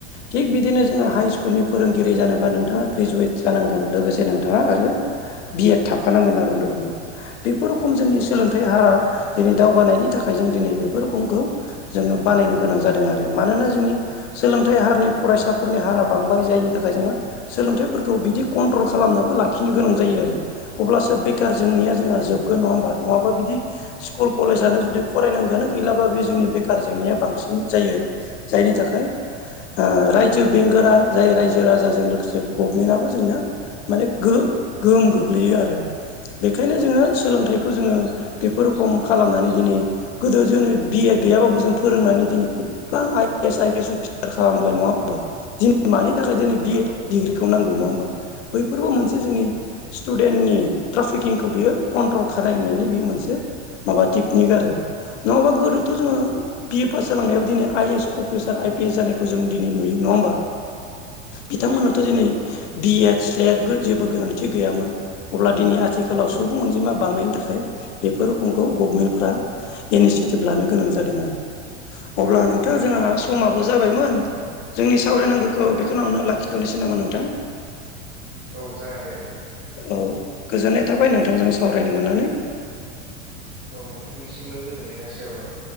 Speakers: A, on the left (about 80°); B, on the right (about 25°).
A: थिग बिदिनो जोङो
B: औ
A: हाइ स्कुलनि फोरोंगिरि जानोबा नोंथाङा ग्रेजुवेट जानांगोन लोगोसे नोंथाङा आरो बि एड थाफानांगोन आरो लोगोआव बेफोर रोखोम जोंनि सोलोंथाइ हारा दिनै दावगानायनि थाखाय जों दिनै बेफोर खोमखौ जोङो बानायनो गोनां जादों आरो मानोना जोंनि सोलोंथाइ हारनि फरायसाफोरनि हारा बांबाय जायनि थाखाय जोङो सोलोंथाइफोरखौ बिदि कन्ट्रल खालामनाबो लाखिनो गोनां जायो आरो अब्लासो बेखार जेंनाया जोंहा जोबगोन नङा होमबा नङाबा बिदि स्कुल कलेजानो जुदि फरायनांगौआनो गैलाबा बे जोंनि बेखार जेंनाया बांसिन जायो। जायनि थाखाय ओ रायजो बेंगोरा जाय रायजो राजाजों लोगोसे गभमेन्टआबो जोंनो माने गो गोहोम गोग्लैयो आरो बेखायनो जोङो सोलोंथाइखौ जोङो बेफोर खम खालामनानै दिनै गोदो जों बि एड गैयाबाबो जों फोरोंनानै दिनै गोबां I S, I P S officer खालामबाय नङा होमबा दिनै मानि थाखाय दिनै
B: औ
A: बि एड डिग्रिखौ नांगौ नङा होमबा बैफोरबो मोनसे जोंनि स्टुडेन्टनि ट्राफिकिंखौ बियो कन्ट्रल खालामनायनि बे मोनसे माबा टेकनिक आरो नङाबा गोदोथ' जोङो बि ए पास जालांनायावाब दिनै I A S officer I P S जानायखौ जों दिनै नुयो नङा होमबा बिथांमोनाथ'
B: औ
A: दिनै बि एड, स्लेट जेबो गोनांथि गैयामोन अब्ला दिनै आथिखालाव सु बुं अनजिमा बांनायनि थाखाय बेफोर रोखोमखौ गभमेन्टफ्रा इनिसियेटिभ लानो गोनां जादों आरो। अब्ला नोंथां जोंहा समाबो जाबायमोन जोंनि सावरायनांगौ खौ
B: औ
A: बेखिनियावनो लाखिथ'नोसै नामा नोंथां।
B: औ जागोन दे नोंथां।
A: औ गोजोननाय थाबाय नोंथांजों सावरायनो मोननानै।
B: औ नोंथांनिसिमबो गोजोननाय जासिहरबाय।